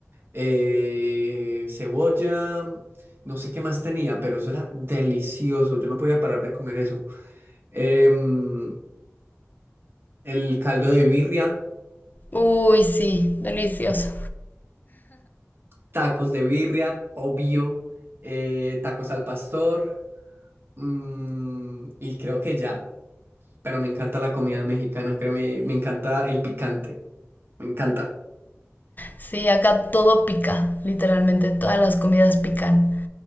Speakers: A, on the right; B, on the left.
A: eh, cebolla, no sé qué más tenía, pero eso era delicioso, yo no podía parar de comer eso. Em, el caldo de birria.
B: Uy, sí, delicioso.
A: Tacos de birria, obvio. eh, tacos al pastor. mm, y creo que ya. Pero me encanta la comida mexicana, créeme, me encanta el picante. Me encanta.
B: Sí, acá todo pica, literalmente, todas las comidas pican.